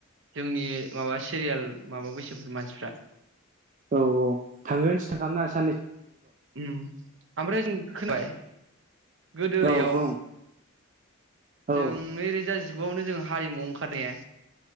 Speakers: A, on the right (about 55°); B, on the right (about 35°).
A: जोंनि माबा सिरियाल माबा बैसो मानसिफ्रा
B: औ औ थांगोन सिन्था खालानाङा।
A: उम ओमफ्राय जों खोनाबाय। गोदो
B: औ
A: इयाव।
B: बुं औ
A: जों नै रोजा जि जुगावनो जों हारिमुआव ओंखारनाया।